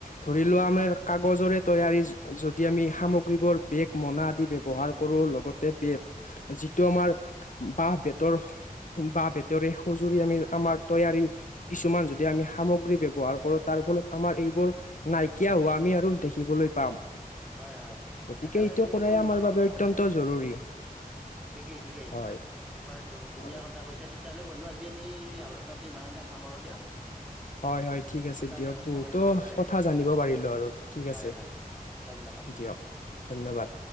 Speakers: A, on the left; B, in the centre.
A: ধৰি লোৱা আমাৰ কাগজৰে তৈয়াৰী যদি আমি সামগ্ৰীবোৰ বেগ, মনা আদি ব্যৱহাৰ
B: উম উম
A: কৰোঁ লগতে বেগ যিটো আমাৰ বাঁহ-বেতৰ, বাঁহ-বেতৰে সজুৰি আমি আমাৰ তৈয়াৰী কিছুমান যদি আমি সামগ্ৰী ব্যৱহাৰ কৰো তাৰ ফলত আমাৰ এইবোৰ নাইকিয়া হোৱা আমি আৰু দেখিবলৈ পাম।
B: হয় হয়
A: গতিকে
B: একেবাৰে
A: এইটো
B: তুমি
A: কৰাই
B: সুন্দৰ
A: আমাৰ বাবে
B: কথা
A: অত্যন্ত
B: কৈছা
A: জৰুৰী।
B: ঠিকেই ঠিকেই
A: হয়
B: কবাত ধুনীয়া
A: হয়
B: কথা কৈছে তেতিয়াহ'লে বন্ধু আজি আমি আলোচনাটো ইমানতে সামৰো দিয়া
A: হয় হয় ঠিক
B: পিছত
A: আছে দিয়ক।
B: আমি আলোচনা
A: বহুতো
B: কৰিম ভালদৰে
A: কথা জানিব পাৰিলো আৰু ঠিক
B: হয়
A: আছে
B: হয় ধন্যবাদ।
A: দিয়ক ধন্যবাদ।